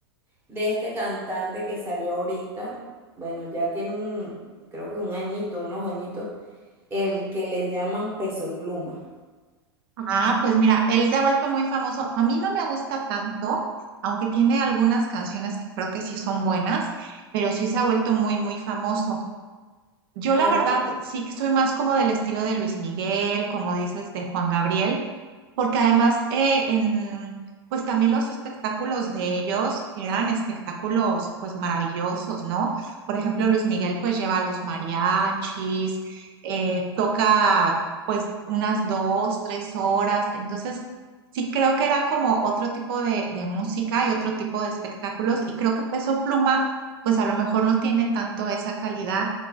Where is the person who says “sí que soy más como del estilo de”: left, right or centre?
Right